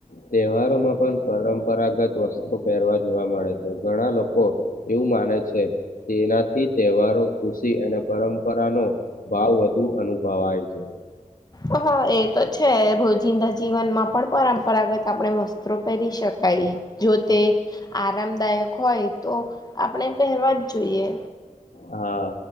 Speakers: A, on the left; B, on the left.
A: તહેવારોમાં પણ પરંપરાગત વસ્ત્રો પહેરવા જોવા મળે છે ઘણા લોકો એવું માને છે તેનાથી તહેવારો ખુશી અને પરંપરાનો ભાવ વધુ અનુ અનુભવાય છે.
B: હા એ તો છે ભોજિંદા જીવનમાં પણ પરંપરાગત આપણે વસ્ત્રો પહેરી શકાય જો તે આરામદાયક હોય તો આપણે પહેરવા જ જોઈએ.
A: હા